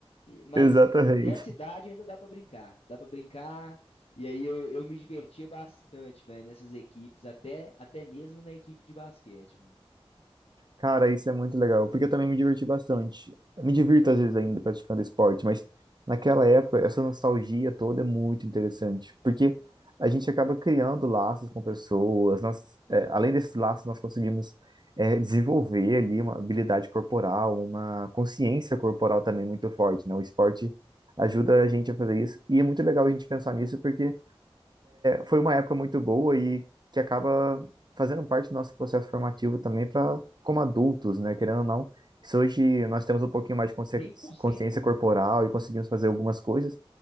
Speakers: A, on the left; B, on the right.
A: E- Mas
B: Exatamente.
A: nessa idade ainda dá pra brincar, dá pra brincar. E aí eu, eu me divertia bastante, velho, nessas equipes, até, até mesmo na equipe de basquete, mano.
B: Cara, isso é muito legal, porque eu também me diverti bastante. Me divirto às vezes ainda praticando esporte, mas naquela época, essa nostalgia toda é muito interessante, porque a gente acaba criando laços com pessoas, nós, é, além desses laços, nós conseguimos é, desenvolver ali uma habilidade corporal, uma consciência corporal também muito forte, né? O esporte ajuda a gente a fazer isso, e é muito legal a gente pensar nisso, porque. foi uma época muito boa e que acaba fazendo parte do nosso processo formativo também para como adultos, né? Querendo ou não, se hoje nós temos um pouquinho mais de consci-
A: 100%.
B: consciência corporal e conseguimos fazer algumas coisas,